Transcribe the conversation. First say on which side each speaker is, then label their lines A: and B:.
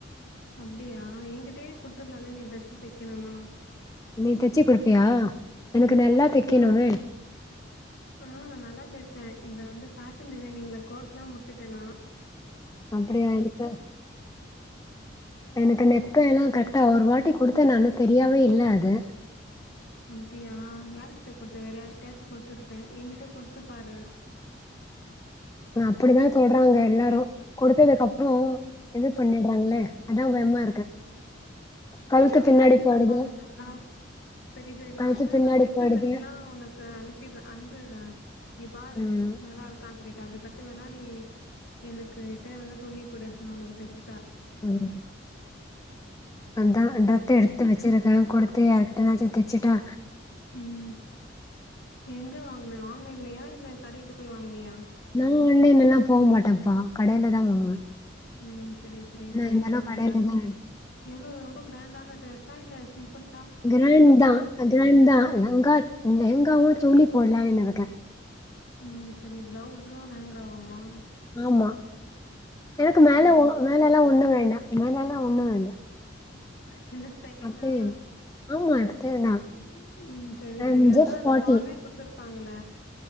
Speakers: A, on the left; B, on the left.
A: அப்படியா என்கிட்டே குடுத்துலாம்ல நீ ட்ரெஸ் தைக்கணும்னா
B: நீ தச்சு குடுப்பியா எனக்கு நல்லா
A: உம்
B: தைக்கணுமே
A: ஆமா ஆஹ் நான் நல்லா தைப்பேன் இந்த வந்து பேஷன் டிசைனிங்ல கோர்ஸ் லா முடிச்சிட்டேனா
B: அப்படியா எனக்கு எனக்கு நெக்கு எல்லாம் க அா ஒரு வாட்டி கொடுத்தேன் நானும் தெரியாவே இல் அது
A: அப்படியா யாருக்கு கிட் ட்ட கொடுத்த வேற யாிட்டாச்சும் கொடுருப்பேன் என்கிட்ட கொடுத்து பாரு
B: அப்படித்தான் சொல்றாங்க எல்லாரும் கொடுத்ததுக்கு அப்புறம் இது பண்ணிடுறாங்களே அதான் பயமா இருக்கு கழுத்து
A: உ வேற
B: பின்னாடி
A: யாரா
B: போயிடுது
A: நம்பாத நான் சரி சரி நான்
B: கழுத்து
A: வேணா
B: பின்னாடி
A: நான் தைச்ச
B: போயிடுது
A: டிரரெஸ் எல்லாம் உனக்கு அனுப்பிடுன் அனுபடுறேன் நீ பாரு
B: ம்
A: நல்லா இருக்கான்னு சொல்லேட்ட அதுக்கு கத்துவேணா நீ எனக்குகிட்ட வந்து துணி கூடு நான் உனக்கு தெச்சு
B: உஹ தான் அன்றத்தை எடுத்து வச்சிருக்கேன் கொடுத்து யாருக்கிட்ட நாச்ச தச்சிட்டா
A: உம் எங்க வாங்க ஆன்லைன்லையா இல்ல கடைக்கு போய் வாங்கினியா
B: நா ஆன்லைன்ல எல்லா போக மாட்டம்ப்பா கடையிலதா வாங்குவே
A: உம் சரி சரி
B: என்ன
A: கடையில
B: இருந்தாலு
A: வாங்னியா
B: கடைல தா எடு
A: எவ்ளோ ரொம்ப கிராண்டான ட்ரெஸ் ச இல்ல சிம்பிள்
B: கிராண் தா கிராண் தா லகா லெகங்காவு சோளி போட்லானு இருக்கே
A: உம் சரி பிளவுஸு லெகங்காவுமா
B: ஆமா எனக்கு மேல ஒ
A: சரி
B: மேலலா ஒண்ணு வேண் அ நக எல்லா ஒண்ணு வேண்டா
A: உஹ <unintelligible>
B: அப்டியே ஆமா எடுத்தேனா
A: செரி
B: ஐ
A: செரி
B: அம்
A: அதா
B: ஜஸ்ட்
A: அந்த
B: ஃபார்ட்டி
A: <unintelligible> ப்பாங்கல்ல